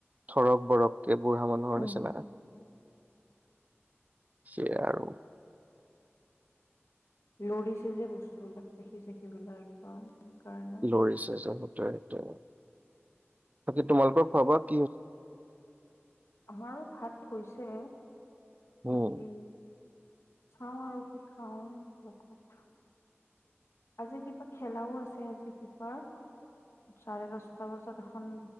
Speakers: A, on the right (about 35°); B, on the left (about 85°).
A: থৰক-বৰক কে, বুঢ়া মানুহৰ
B: উম
A: নিচিনা। সেয়ে আৰু।
B: লৰিছে যে বস্তুবিলাক, পেখি-ছেখি বিলাক একদম। সেইকাৰণে
A: লৰিছে যে, সেটোয়েই। তে, বাকী তোমালোকৰ খোৱা-বোৱা
B: আমাৰো ভাত হৈছে।
A: উম
B: বাকী চাওঁ আৰু কি খাওঁ। <unintelligible> আজি কিবা খেলাও আছ ছে আজি ফিফাৰ, চাৰে দশটা বজাত এখন